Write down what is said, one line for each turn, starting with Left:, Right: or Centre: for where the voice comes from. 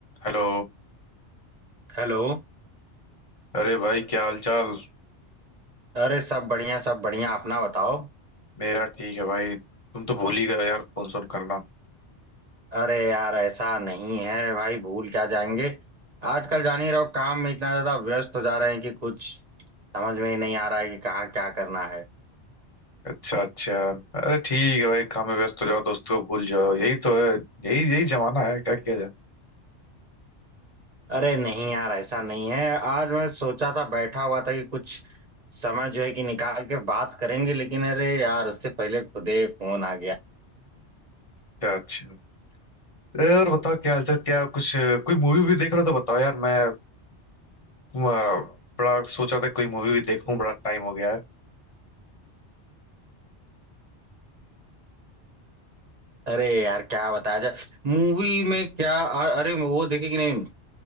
Left: Hello
Right: Hello
Left: अरे भाई क्या हाल चाल
Right: अरे सब बढ़िया सब बढ़िया अपना बताओ
Left: मेरा ठीक है भाई तुम तो भूल ही गए यार फोन सोन करना
Right: अरे यार ऐसा नहीं है भाई भूल क्या जाएंगे आजकल जान ही रहो काम में इतना ज्यादा व्यस्त हो जा रहे हैं कि कुछ समझ में ही नहीं आ रहा है कि कहाँ क्या करना है
Left: अच्छा अच्छा अरे ठीक है भाई काम में व्यस्त हो जाओ दोस्तों को भूल जाओ यही तो है यही यही जमाना है क्या किया जाए
Right: अरे नहीं यार ऐसा नहीं है आज मैं सोचा था बैठा हुआ था कि कुछ समय जो है कि निकाल के बात करेंगे लेकिन अरे यार उससे पहले खुदे फोन आ गया
Left: क्या अच्छा ए, और बताओ क्या हाल चाल क्या कुछ कोई मूवी वूवी देख रहे हो तो बताओ यार मैं अ, बड़ा सोच रहा था कोई मूवी भी देखूं बड़ा टाइम हो गया है
Right: अरे यार क्या बताया जाए मूवी में क्या अरे वो देखे कि नहीं